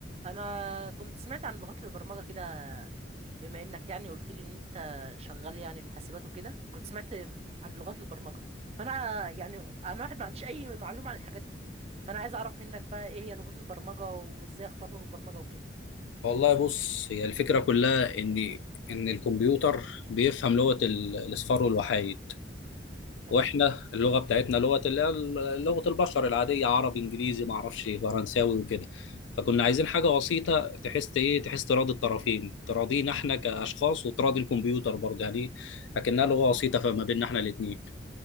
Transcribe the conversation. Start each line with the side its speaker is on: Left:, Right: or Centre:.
Right: انا كنت سمعت عن لغات البرمجه كده بما انك يعني قلت لي ان انت شغال يعني في حاسبات وكده كنت سمعت عن لغات البرمجه فانا يعني انا واحد ما عنديش اي معلومه عن الحاجات دي فانا عايز اعرف منك بقى ايه هي لغات البرمجه وازاي اختار لغه برمجه وكده
Left: والله بص هي الفكرة كلها إن إن الكمبيوتر بيفهم لغة ال- الأصفار والوحايد
Right: تمام
Left: وإحنا اللغة بتاعتنا لغة اللي هي ال- لغة البشر العادية عربي إنجليزي معرفش فرنساوي وكده فكنا عايزين حاجة بسيطة تحس إيه تحس تراضي الطرفين تراضينا إحنا كأشخاص وتراضي الكمبيوتر برضه يعني لكنها لغة وسيطة فما بيننا إحنا الاتنين